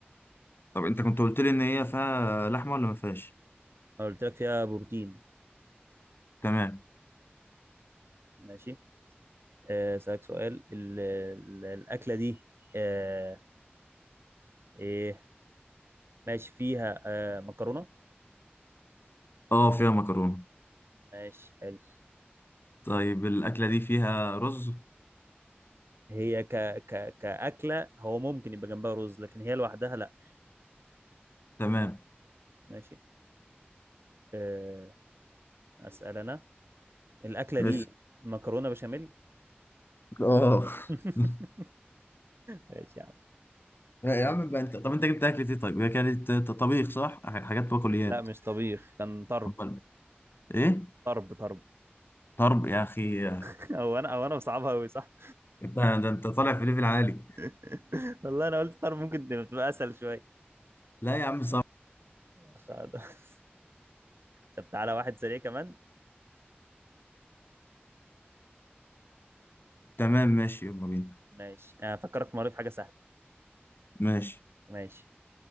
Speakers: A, on the left; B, on the right.
A: طب انت كنت قلت لي ان هي فيها لحمه ولا ما فيهاش
B: انا قلت لك فيها بروتين
A: تمام
B: ماشي آه، اسالك سؤال ال- ال- الاكله دي أه ايه ماشي فيها أه مكرونه
A: اه فيها مكرونه
B: ماشي حلو
A: طيب الاكله دي فيها رز
B: هي ك... ك... كأكلة هو ممكن يبقى جنبها رز لكن هي لوحدها لا
A: تمام
B: ماشي أه... أسأل أنا الأكلة
A: بس
B: دي مكرونة بشاميل
A: اه
B: <laughs>
A: <laughs>
B: ماشي يا عم
A: لا يا
B: إيه.
A: عم بقى انت طب انت جبت اكلة ايه طيب؟ هي كانت طبيخ صح؟ ح- حاجات بقوليات
B: لا مش طبيخ كان طرب
A: امال ايه؟
B: طرب طرب
A: طرب يا اخي
B: <laughs> أو أنا أو أنا بصعبها أوي صح
A: انت ده انت طالع في ليفل عالي
B: <laughs> والله أنا قلت طرب ممكن تبقى أسهل شوية
A: لا يا عم صعب
B: <laughs> خلاص طب تعالى واحد سريع كمان
A: تمام ماشي يلا بينا
B: ماشي أنا فكرت مرة في حاجة سهلة
A: ماشي
B: ماشي